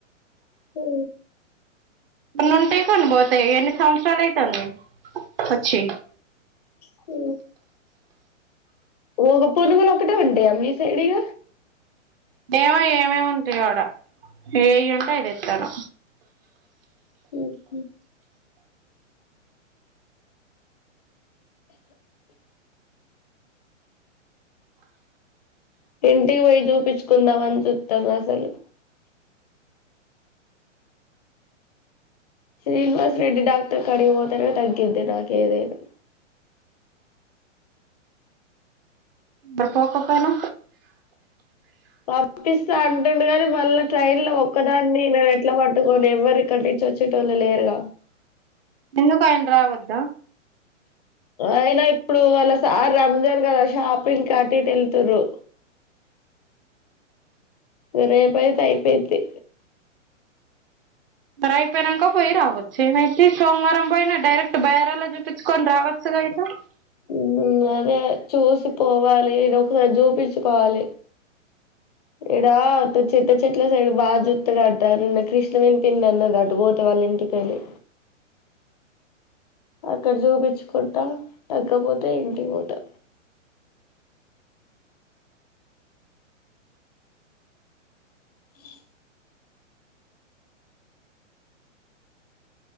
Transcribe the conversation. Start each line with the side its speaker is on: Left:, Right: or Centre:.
Left: హూ
Right: కొన్ని ఉంటేయి కొని పోతాయి ఎన్ని సంవత్సరాలు అయితాంది వచ్చి
Left: హూ ఒక పునుగులు ఒకటే ఉంటయా మీ సైడ్ ఇగ
Right: డేమో ఏం ఏమేం ఉంటాయో ఆడ ఏయి ఉంటే అది దెత్తాడు
Left: ఓ <unintelligible> ఇంటికి పోయి చూపించుకుందామ అని చూస్తాం అసలు శ్రీనివాస్ రెడ్డి డాక్టర్ కాడి పోతేనే తగ్గింది నాకి ఏదైనా
Right: మరి పోకపోయిన
Left: పంపిస్తా అంటుండు కానీ మళ్ళ ట్రైన్ లో ఒక్కదాన్ని న ఎట్లా పడ్ ట్కొని ఎవరిరు కటి నుంచి వచ్చి ళ్ళు లేరుగా
Right: ఎందుకు ఆయన రావొద్ద
Left: అయినా ఇప్పుడు వల స్ సార్ రంజాన్ కదా షాపింగ్ అటు ఇటు వెళ్తురు ఇగ రేపయితే అయిపోయిద్ది
Right: మరి అయిపోయినాక పోయి రావచ్చు ఏమైద్ది సోమవారం పోయినా డైరెక్ట్ బైరాలో చూపించుకొని రావచ్చుగా వో
Left: ఉహుమ్ అదే చూసి పోవాలి ఇది ఒకా రవ్వ జూపిచ్చు కోవాలి ఇడా త చింత చెట్ల సైడ్ బాగా జుత్త కట్టారున్న కృష్ణవేని పింది అన్నది అటు పోతే వాళ్ళ ఇంటికెళ్ళి అక్కడ చూపించుకుంటా తగ్గపోతే ఇంటికి పోతారు ఓ